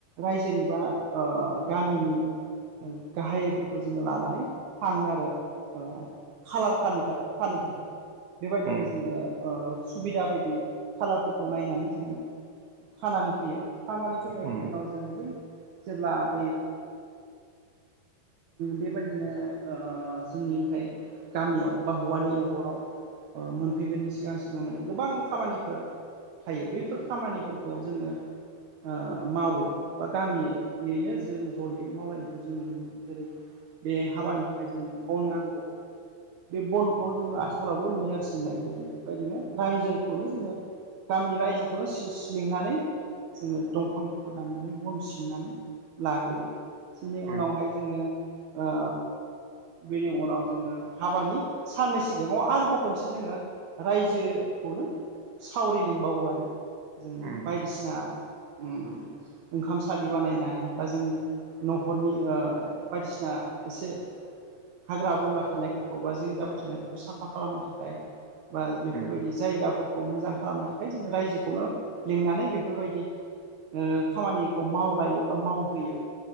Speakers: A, on the right (about 60°); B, on the right (about 90°).
A: रायजोनि बा ओ गामिनि गाहायफोरखौ जोङो लानानै थाङो आरो ओ खालार खानो था खानो थाखाय। बेबायदिनो
B: उम
A: जोङो ओ सुबिदा बायदि खालारफोरखौ नायनानै जोङो खानानै फैयो खानानै फैनायनि
B: उम
A: उनाव जोङो बै जेब्ला बे बेबायदिनो ओ जोंनिफ्राय गामियाव बा हौवानि न'खराव ओ मोनफैगोननि सिगां सिगां माने गोबां खामानिफोर थायो बैफोर खामानिफोरखौ जोङो ओ मावो बा गामियैनो जों जयै मावलायनायखौ जों नुनो मोनो जेरै बे हाबानि थाखाय जोंनो बन नांगौ बे बनखौ जोङो आथिखालावबो नुयो आरो सिननाय बे बेबायदिनो रायजोखौनो जोङो गामिनि रायजोखौनो सि-सिलिंनानै जोङो दंफांफोरखौ दाननानै बन सिनानै लाग्रोयो। बिनि
B: उम
A: उनावहाय जोङो ओ बेनि उनाव जोङो हाबानि साननै सिगाङाव आरोबाव खनसे जोङो रायजोखौनो सावरि लिंबावो आरो। जों
B: उम
A: बायदिसिना उम ओंखाम सलि बानायनाय बा जों न'खरनि ओ बायदिसिना एसे हाग्रा बंग्रा थानायफोरखौ बा जिं जाबो थानायफोरखौ साफा खालामनो थाखाय बा बेफोरबायदि
B: उम
A: जायगाफोरखौ मोजां खालामनो थाखाय जोङो रायजोखौनो लिंनानै बेफोरबायदि ओ खामानिखौ मावलायो बा मावहोयो